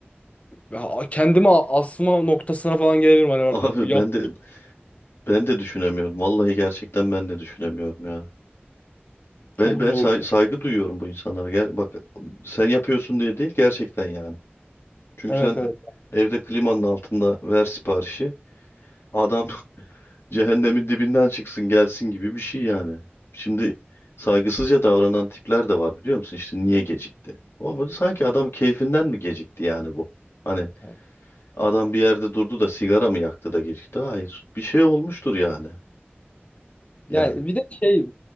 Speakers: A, on the left; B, on the left.
A: e, ha- kendimi asma noktasına falan gelebilirim. Hani artık
B: Abi
A: bu yap
B: ben de ben de düşünemiyorum. Vallahi gerçekten ben de düşünemiyorum ya.
A: çok
B: Ben, ben
A: zor.
B: say- saygı duyuyorum bu insanlara. Gel, bak sen yapıyorsun diye değil gerçekten yani. Çünkü
A: Evet
B: sen
A: evet
B: evde klimanın altında ver siparişi. Adam <laughs> cehennemin dibinden çıksın gelsin gibi bir şey yani. Şimdi saygısızca davranan tipler de var biliyor musun? İşte niye gecikti? O böyle sanki adam keyfinden mi gecikti yani bu? Hani
A: tabii.
B: adam bir yerde durdu da sigara mı yaktı da gecikti? Hayır. Bir şey olmuştur yani.
A: Yani
B: Yani.
A: bir de şey